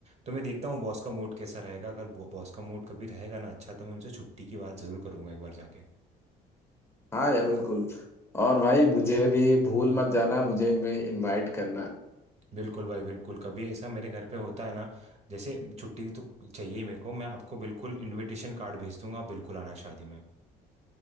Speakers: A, on the right; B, on the left.
A: तो मैं देखता हूँ बॉस का मूड कैसा रहेगा अगर बॉस का मूड कभी रहेगा ना अच्छा तो मैं उनसे छुट्टी की बात ज़रूर करूंगा एक बार जाके
B: हाँ यार बिल्कुल और भाई मुझे भी भूल मत जाना मुझे भी इनवाइट करना
A: बिल्कुल भाई बिल्कुल कभी ऐसा मेरे घर पे होता है ना जैसे छुट्टी तो चाहिए ही मेरे को मैं आपको बिल्कुल इनविटेशन कार्ड भेज दूंगा आप बिल्कुल आना शादी में